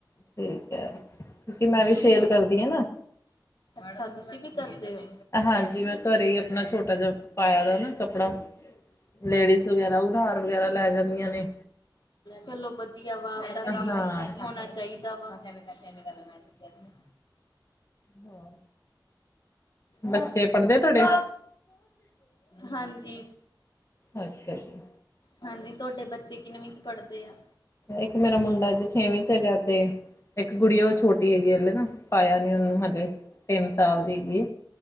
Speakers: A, on the left; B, on the left.
A: ਠੀਕ ਹੈ ਕਿਉਂਕਿ ਮੈਂ ਵੀ
B: ਤੁਸੀਂ।
A: ਸੇਲ ਕਰਦੀ ਹਾਂ ਨਾ
B: ਅੱਛਾ ਤੁਸੀਂ ਵੀ ਕਰਦੇ ਹੋ।
A: ਹਾਂਜੀ ਮੈਂ ਘਰੇ ਹੀ ਆਪਣਾ ਛੋਟਾ ਜਿਹਾ ਪਾਇਆ ਦਾ ਨਾ ਕੱਪੜਾ। ਲੇਡੀਜ਼ ਵਗੈਰਾ ਉਧਾਰ ਵਗੈਰਾ ਲੈ ਜਾਂਦੀਆਂ ਨੇ
B: ਚਲੋ ਵਧੀਆ। ਵਧੀਆ ਦਾ ਕੰਮ
A: ਹਾਂ
B: ਹੋਣਾ ਚਾਹੀਦਾ। ਚਾਹੀਦਾ ਵਾ।
A: ਹਾਂ,
B: ਹਾਂਜੀ।
A: ਬੱਚੇ ਪੜ੍ਹਦੇ ਤੁਹਾਡੇ
B: ਹਾਂਜੀ
A: ਅੱਛਾ ਜੀ।
B: ਹਾਂਜੀ ਤੁਹਾਡੇ ਬੱਚੇ ਕਿੰਨਵੀ ਚ ਪੜ੍ਹਦੇ ਆ।
A: ਇੱਕ ਮੇਰਾ ਮੁੰਡਾ ਜੀ ਛੇਵੀਂ ਚ ਹੈਗਾ ਤੇ ਇੱਕ ਕੁੜੀ ਆ ਉਹ ਛੋਟੀ ਹੈਗੀ ਹਲੇ ਨਾ। ਪਾਇਆ ਨੀ ਉਹਨੂੰ ਹਲੇੇ ਤਿੰਨ ਸਾਲ ਦੀ ਹੈਗੀ।